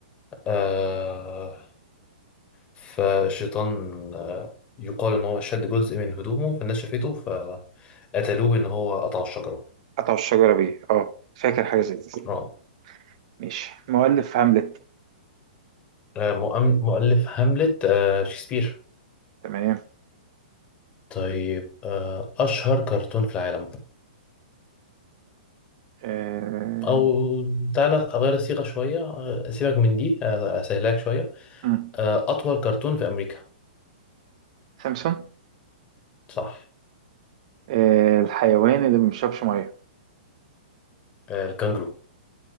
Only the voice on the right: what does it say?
قطعوا الشجرة بيه اه فاكر حاجة زي دي
ماشي مؤلف هاملت
تمام
آه
مم.
سامسون
آه، الحيوان اللي ما بيشربش ميه